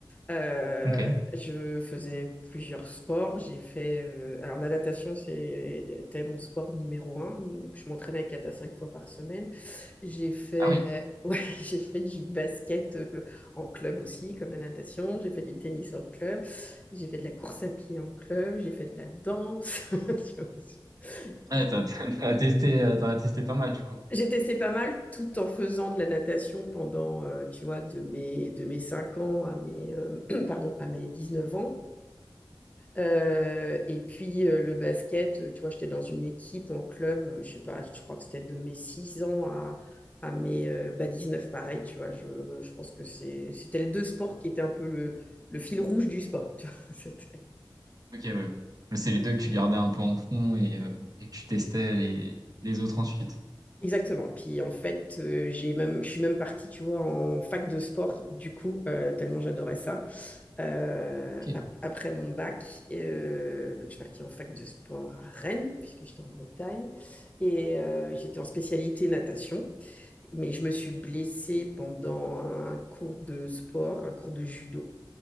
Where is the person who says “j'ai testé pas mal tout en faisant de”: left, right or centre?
Left